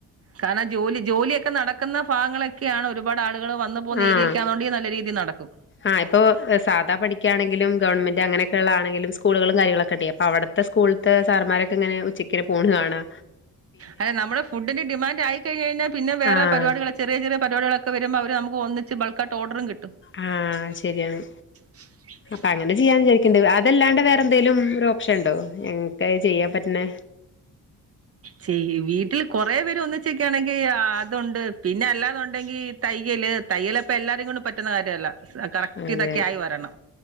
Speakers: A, on the right; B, on the left.
A: കാരണം ജോലി ജോലിയൊക്കെ നടക്കുന്ന ഭാഗങ്ങളൊക്കെയാണ് ഒരു ഒരു പാട് ആളുകള് വന്ന് പോന്നേരിയൊക്കാന്നുണ്ടെൽ
B: ആഹ്
A: നല്ല രീതിയിൽ നടക്കും
B: ആഹ് ഇപ്പോ സാധാ പണിക്കാണെങ്കിലും ഗവൺമെന്റ് അങ്ങനെക്കെള്ള ആണെങ്കിലും സ്കൂളുകളും കാര്യങ്ങളൊക്കെണ്ടെ അപ്പൊവിടെ ഇവ്ടത്തെ സ്കൂളിത്തെ സാർമാരൊക്കെ ഇങ്ങനെ ഉച്ചക്ക് പോണ് കാണാ
A: അല്ലെ നമ്മുടെ ഫുഡിന്റെ ഡിമാൻഡ് ആയിക്കഴിഞ്ഞെഴിഞ്ഞാൽ പിന്നെ വേറെ
B: ആഹ്
A: പരിപാടികളൊ ചെറിയ ചെറിയ പരിപാടികളൊക്കെ വരുമ്പം അവര് നമുക്ക് ഒന്നിച്ച് ബൾക്കായിട്ട് ഓർഡറും കിട്ടും
B: ആഹ് ശരിയാണ്
A: <inaudible>
B: അപ്പൊ അങ്ങനെ ചെയ്യാൻ വിചാരിക്കണ്ട് അതല്ലാണ്ട് വേറെ എന്തെലും ഒരു ഓപ്ഷൻ ഉണ്ടോ ഞങ്ങക്കത് ചെയ്യാൻ പറ്റണേ
A: ചെയ്യ് വീട്ടിൽ കൊറെ പേരൊന്നിച്ചിക്കാണെങ്കിൽ അതുണ്ട് പിന്നെ അല്ലാന്നുണ്ടെങ്കി തയ്യല് തയ്യലെപ്പെ എല്ലാരും കൊണ്ടും പറ്റുന്ന കാര്യല്ല കറക്റ്റ്
B: അതെ
A: ഇതൊക്കെ ആയി വരണം